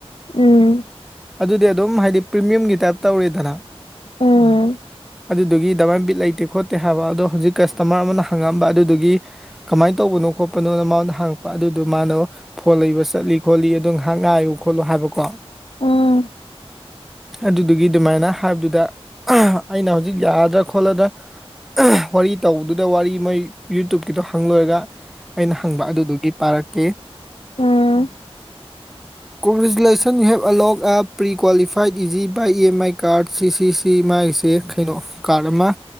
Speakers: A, on the left; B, in the centre.
A: ꯎꯝ
B: ꯑꯗꯨꯗꯤ ꯑꯗꯨꯝ ꯍꯥꯏꯗꯤ ꯄ꯭ꯔꯤꯃꯤꯌꯝꯒꯤ ꯇꯥꯏꯞ ꯇꯧꯔꯤꯗꯅ
A: ꯎꯝ
B: ꯑꯗꯨꯗꯨꯒꯤ ꯗꯃꯥꯏꯅ ꯕꯤꯠ ꯂꯩꯇꯦ ꯈꯣꯠꯇꯦ ꯍꯥꯏꯕ ꯑꯗꯣ ꯍꯧꯖꯤꯛ ꯀꯁꯇꯃꯔ ꯑꯃꯅ ꯍꯪꯉꯝꯕ ꯑꯗꯨꯗꯨꯒꯤ ꯀꯃꯥꯏꯅ ꯇꯧꯕꯅꯣ ꯈꯣꯠꯄꯅꯣꯅ ꯃꯥꯅ ꯍꯥꯡꯉꯛꯄ ꯑꯗꯨꯗꯨ ꯃꯥꯅ ꯐꯣꯟ ꯂꯩꯕ ꯆꯠꯂꯤ ꯈꯣꯠꯂꯤ ꯑꯗꯨꯝ ꯉꯥꯏꯌꯨ ꯈꯣꯠꯂꯨ ꯍꯥꯏꯕꯀꯣ
A: ꯎꯝ
B: ꯑꯗꯨꯗꯨꯒꯤ ꯑꯗꯨꯃꯥꯏꯅ ꯍꯥꯏꯕꯗꯨꯗ ꯑꯩꯅ ꯍꯧꯖꯤꯛ ꯌꯥꯒꯗ꯭ꯔꯥ ꯈꯣꯠꯂꯗ꯭ꯔꯥ ꯋꯥꯔꯤ ꯇꯧꯕꯗꯨꯗ ꯋꯥꯔꯤ ꯃꯣꯏ ꯌꯨꯇꯨꯞꯀꯤꯗꯣ ꯍꯪꯂꯨꯔꯒ ꯑꯩꯅ ꯍꯪꯕ ꯑꯗꯨꯗꯨꯒꯤ ꯄꯥꯔꯛꯀꯦ
A: ꯎꯝ
B: ꯀꯣꯡꯒ꯭ꯔꯦꯆꯨꯂꯦꯁꯟ ꯌꯨ ꯍꯕ ꯑꯂꯣꯡꯒ ꯑ ꯄ꯭ꯔꯤ ꯀ꯭ꯋꯥꯂꯤꯐꯥꯏ ꯈ꯭ꯋꯥꯏꯗ ꯏꯖꯤ ꯕꯥꯏ ꯏ ꯑꯦꯝ ꯑꯥꯏ ꯀꯥꯔꯗ ꯁꯤ ꯁꯤ ꯃꯥꯒꯤꯁꯦ ꯀꯩꯅꯣ ꯀꯥꯔꯠ ꯑꯃ